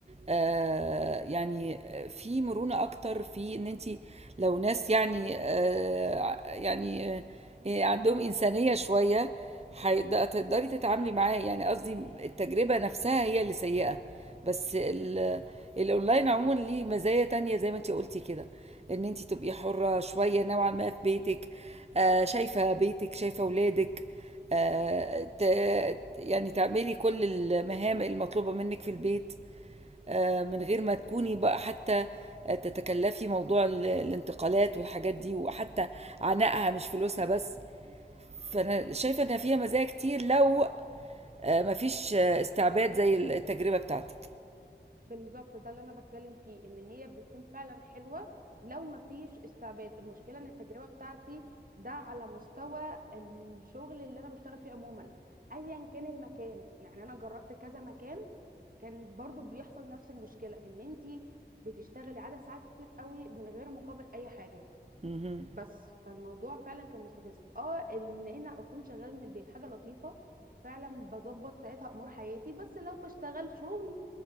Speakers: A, on the right; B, on the right.
A: آه، يعني في مرونة اكتر في ان انت لو ناس يعني آه، يعني آه، عندهم انسانية شوية هيقد- هتقدري تتعاملي معاه يعني قصدي التجربة نفسها هي اللي سيئة بس ال الأونلاين عمومًا ليه مزايا تانية زي ما أنتِ قُلتِ كده، إن أنتِ تبقي حُرّة شوية نوعًا ما في بيتِك، آآ شايفة بيتِك، شايفة ولادِك، آآ ت يعني تعملي كل المهام المطلوبة منِّك في البيت، آآ من غير ما تكوني بقى حتى آه، تتكلّفي موضوع ال الانتقالات والحاجات دي، وحتى عناءها مش فلوسها بس، فأنا شايفة إن فيها مزايا كتير لو آآ ما فيش استعباد زي التجربة بتاعتِك.
B: بالظبط ده اللي انا بتكلم فيه ان هي بتكون فعلا حلوه لو ما فيش استعباد المشكله ان التجربه بتاعتي ده على مستوى الشغل اللي انا بشتغل فيه عموما ايا كان المكان يعني انا جربت كذا مكان كان برضو بيحصل نفس المشكله ان انت بتشتغلي عدد ساعات كتير قوي من غير مقابل اي حاجه
A: اهم.
B: بس فالموضوع فعلا كان مستفز اه ان انا اكون شغاله من البيت حاجه لطيفه فعلا بظبط ساعتها امور حياتي بس لو بشتغل شغل